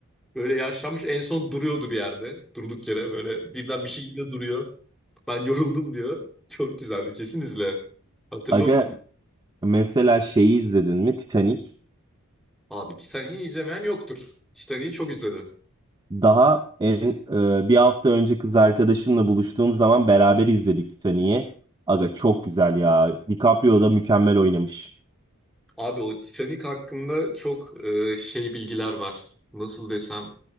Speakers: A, in the centre; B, on the right (about 20°).
A: böyle yaşlanmış. En son duruyordu bir yerde. Durduk yere böyle birden bir şey geliyor duruyor. Ben yoruldum diyor. Çok güzeldi kesin izle. Hatırlı
B: Aga
A: onu.
B: mesela şeyi izledin mi? Titanic.
A: Abi Titanic'i izlemeyen yoktur. Titanic'i çok izledim.
B: Daha en- e, bir hafta önce kız arkadaşımla buluştuğum zaman beraber izledik Titanic'i. Aga çok güzel ya. DiCaprio da mükemmel oynamış.
A: Abi o Titanic hakkında çok e, şey bilgiler var. Nasıl desem